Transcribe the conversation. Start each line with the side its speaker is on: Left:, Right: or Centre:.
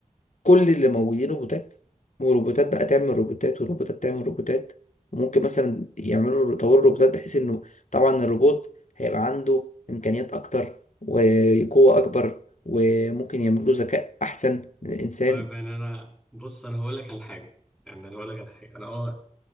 Left: كل اللي موجودين روبوتات والروبوتات بقى تعمل روبوتات والروبوتات تعمل روبوتات وممكن مثلا يعملوا يطوروا الروبوتات بحيث انه طبعا الروبوت هيبقى عنده امكانيات اكتر وقوة اكبر وممكن يعملوا ذكاء احسن من الانسان
Centre: طيب يعني انا بص انا هقول لك على حاجه يعني انا هقول لك على حاجه انا اه